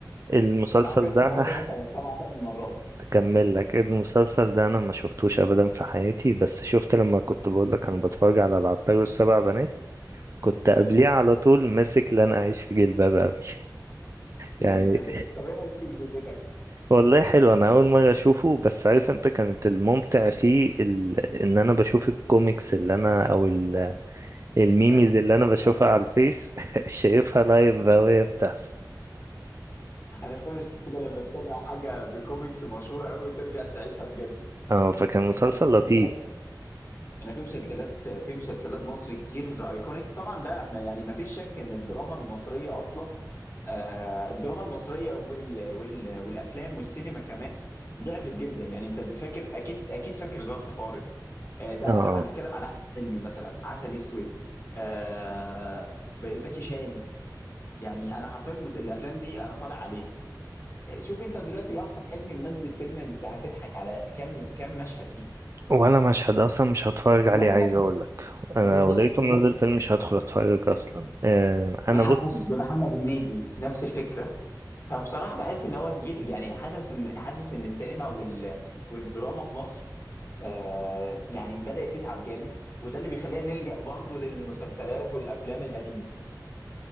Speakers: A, on the right (about 40°); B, on the left (about 40°).
A: المسلسل
B: انا حرفيا سمعته
A: ده <laughs>
B: مثلا سبع ثمان مرات
A: أكمل لك المسلسل ده أنا ما شفتوش أبدا في حياتي بس شفت لما كنت بقول لك أنا بتفرج على العطار والسبع بنات كنت قبليه
B: ايوه
A: على طول ماسك لن أعيش في جلباب أبي
B: يعني
A: <laughs> يعني
B: انت بجد طب ايه رايك فيه بذمتك؟
A: والله حلو انا اول مره اشوفه بس عارف انت كانت الممتع فيه ال... ان انا بشوف الكوميكس اللي انا او ال... الميميز
B: <laughs>
A: اللي انا بشوفها
B: ايوه
A: على الفيس <laughs> شايفها لايف بقى وهي بتحصل
B: انا فاهم مش كده لما تتابع حاجه بكوميكس مشهوره قوي ترجع تعيشها بجد
A: اه فكان مسلسل
B: انا في مسلسلات
A: لطيف
B: انا في مسلسلات في مسلسلات مصر كتير ايكونيك طبعا بقى احنا يعني ما فيش شك ان الدراما المصريه اصلا آه، الدراما المصريه وال وال والافلام والسينما كمان ضعفت جدا يعني انت بتفكر اكيد اكيد فاكر ظرف طارق آه، ده
A: اه
B: لو هنتكلم على احمد حلمي مثلا عسل اسود آه، زكي شان يعني انا حرفيا المس- الافلام دي انا طالع عليها آه، شوف انت دلوقتي لو احمد حلمي منزل فيلم انت هتضحك على كم كم مشهد فيه
A: ولا مشهد اصلا مش هتفرج عليه
B: ولا
A: عايز اقول
B: مشهد
A: لك انا
B: بالظبط
A: لو لقيته
B: بالظبط
A: منزل فيلم مش هدخل اتفرج اصلا آه، انا
B: محمد
A: بص
B: بمحمد هنيدي نفس الفكره فبصراحه بحس ان هو الجيل يعني حاسس ان حاسس ان السينما وال والدراما في مصر آه يعني بدات تتعب جامد وده اللي بيخلينا نلجأ برضه للمسلسلات والافلام القديمه